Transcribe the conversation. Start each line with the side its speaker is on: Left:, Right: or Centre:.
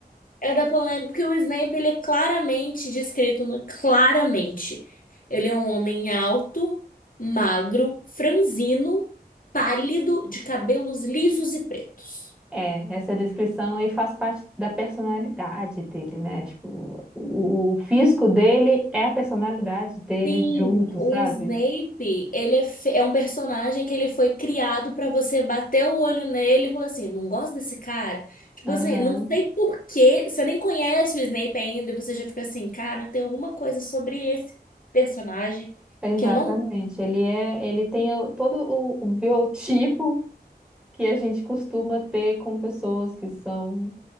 Left: É da polêmica, porque o Snape, ele é claramente descrito, no- claramente. Ele é um homem alto, magro, franzino, pálido, de cabelos lisos e pretos.
Centre: É, essa descrição aí faz parte da personalidade dele, né? Tipo, o, o físico dele é a personalidade dele
Left: Sim,
Centre: junto,
Left: o
Centre: sabe?
Left: Snape, ele é, fe- é um personagem que ele foi criado pra você bater o olho nele e falar assim, não gosto desse cara. Tipo assim,
Centre: Aham,
Left: não sei por quê, você nem conhece o Snape ainda e você já fica assim, cara, tem alguma coisa sobre esse personagem
Centre: exatamente.
Left: que eu não
Centre: Ele é, ele tem o- todo o, o biotipo que a gente costuma ter com pessoas que são